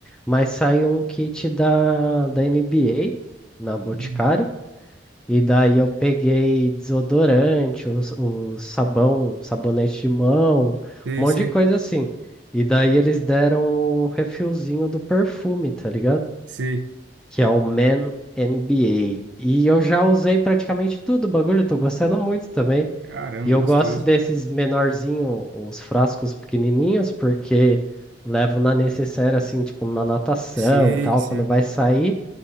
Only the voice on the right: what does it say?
Uhum.
Sei,
sei,
sei.
Caramba,
gostoso.
Sim,
sim.